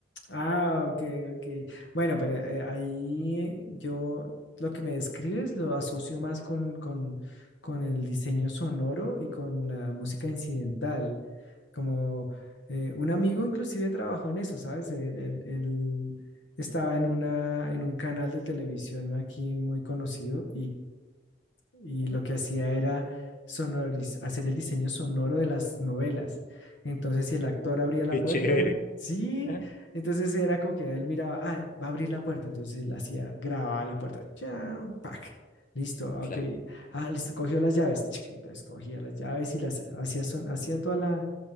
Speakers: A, on the left; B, on the left.
A: Ah, ok, ok. Bueno, pero eh, ahí yo lo que me describes lo asocio más con, con, con el diseño sonoro y con la música incidental. Como eh, un amigo inclusive trabajó en eso, ¿sabes? Él, él- él estaba en una, en un canal de televisión aquí muy conocido y
B: ¿no?
A: lo que hacía era sonoriz- hacer el diseño sonoro de las novelas. Entonces, si el actor abría la
B: Qué
A: puerta,
B: chévere.
A: sí,
B: Ajá.
A: entonces era como que él miraba, ah, va a abrir la puerta, entonces él hacía, grababa la puerta, cham, pac, listo, ok,
B: Claro.
A: ah, listo, cogió las llaves, chiquito, escogía las llaves y las hacía, son, hacía toda la,